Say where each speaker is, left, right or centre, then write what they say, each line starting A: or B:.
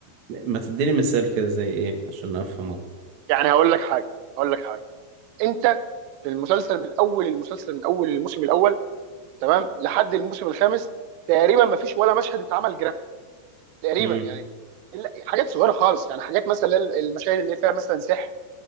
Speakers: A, on the right; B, on the right.
A: ما تديني مثال كده زي ايه عشان افهم اكتر
B: يعني هقول لك حاجه هقول لك حاجه انت في المسلسل من اول المسلسل من اول الموسم الاول تمام لحد الموسم الخامس تقريبا ما فيش ولا مشهد اتعمل جرافيك تقريبا
A: امم
B: يعني إلا- حاجات صغيره خالص يعني حاجات مثلا المشاهد اللي فيها مثلا سحر